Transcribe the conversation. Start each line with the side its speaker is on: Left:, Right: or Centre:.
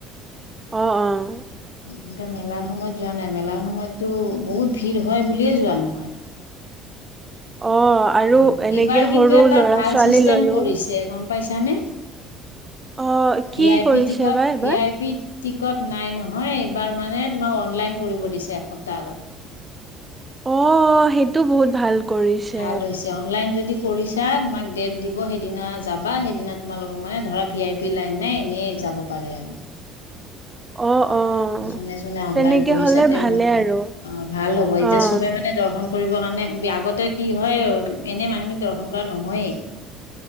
Right: অঁ ',- অঁ',
Left: এনেকা মেলাৰ সময়ত যোৱা নাই মেলাৰ সময়ততো বহুত ভিৰ হয় বুলিয়ে যোৱা নহয়।
Right: অ' আৰু
Left: উ',
Right: এনেকে
Left: এইবাৰ কিন্তু
Right: সৰু
Left: এটা
Right: ল'ৰা
Left: ভাল
Right: ছোৱালী
Left: চিষ্টেম
Right: লৈও
Left: কৰিছে গম পাইছ চানে
Right: অ' কি
Left: ভি আই
Right: কৰিছে
Left: পি টিকট
Right: বা এইবাৰ
Left: ভি আই পি টিকট নাই নহয় এইবাৰ মানে তোমাক অনলাইন কৰিব দিছে এসপ্তাহ আগত।
Right: অ', সেইটো বহুত ভাল কৰিছে
Left: ভাল হৈছে অনলাইন যদি কৰিছা তোমাক ডেট দিব সেইদিনা যাবা সেইদিনা তোমালোকক মানে ধৰা ভি আই পি লাইন নাই এনেই যাব পাৰে আৰু।
Right: অ', অ'
Left: যোনে -যোনে অনলাইন
Right: তেনেকে
Left: কৰিছে
Right: হ'লে
Left: তেওঁলোকে
Right: ভালে আৰু
Left: অ', ভাল হব এতিয়া
Right: অ'
Left: চবে মানে দৰ্শন কৰিবৰ কাৰণে আগতে কি হয় এনে মানুহখিনি দৰ্শন কৰা নহয়েই।